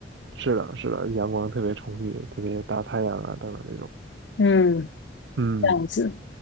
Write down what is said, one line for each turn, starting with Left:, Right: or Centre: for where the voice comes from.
Right: 是的，是的，阳光特别充裕，特别大太阳啊等等这种。
Left: 嗯，
Right: 嗯
Left: 这样子。